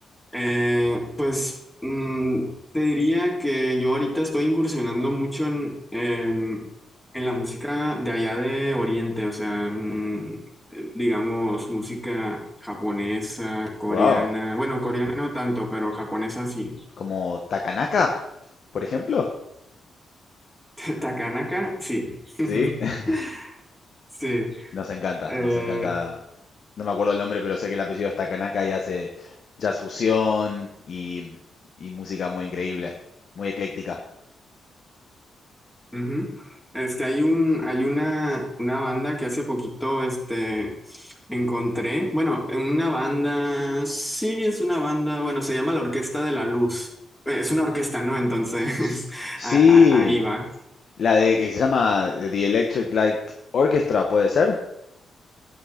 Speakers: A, in the centre; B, on the left.
A: Eh, pues mm, te diría que yo ahorita estoy incursionando mucho en, em, en la música de allá de Oriente, o sea, mm, eh, digamos, música japonesa, coreana,
B: Wow,
A: bueno, coreana no tanto, pero japonesa sí.
B: como Takanaka, por ejemplo.
A: <laughs> Takanaka, sí. <laughs>
B: Sí, <laughs>
A: Sí.
B: nos encanta,
A: Eh,
B: nos encanta. No me acuerdo el nombre, pero sé que el apellido es Takanaka y hace jazz fusión y, y música muy increíble, muy ecléctica.
A: ujú. Este, hay un, hay una, una banda que hace poquito, este, encontré. Bueno, una banda, sí, es una banda, bueno, se llama la Orquesta de la Luz. Eh, Es una orquesta, ¿no? Entonces,
B: S-
A: <laughs>
B: Sí,
A: a- a- ahí va.
B: La de que se llama The Electric Light Orchestra, ¿puede ser?